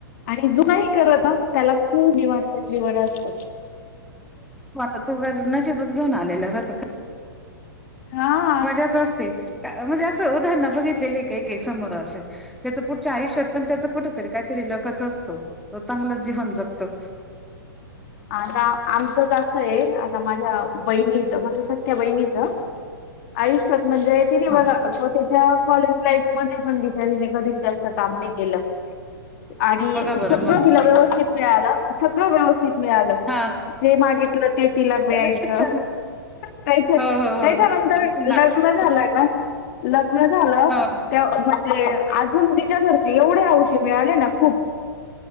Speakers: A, on the left; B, in the centre.
A: आणि जुनाही करत ना त्याला खूप निवांतित जीवन असतात
B: वर तो नशबच घेऊन आलेला रातो
A: हा
B: मजाच असते म्हणजे असं उदाहरण बघितलेले काही काही समोर असे त्याच पुढच्या आयुष्यात पण त्याच कुठेतरी काहीतरी लखच असतो तो चांगला जीवन जगतो
A: आता आमचंच असं आहे आता माझ्या बहिणीचं म्हणजे सख्या बहिणीचं आयुष्यात म्हणजे ति बघा
B: हा
A: तिच्या कॉलेज लाईफ मध्ये पण बिचारीने कधीच जास्त काम नाही केलं आणि
B: बघा
A: सगळं
B: बरं मग
A: तिला व्यवस्थित मिळालं सगळं व्यवस्थित मिळालं
B: हा.
A: जे मागितलं ते तिला मिळायच
B: नशीब चांगलं
A: त्याच्या
B: हो हो
A: त्याच्यानंतर
B: हो लहानपणापासून लागलेली
A: लग्न झालंय
B: असते
A: ना लग्न झालं
B: हो.
A: त्या म्हणजे अजून तिच्या घरचे एवढे अऔशी मिळाले ना खूप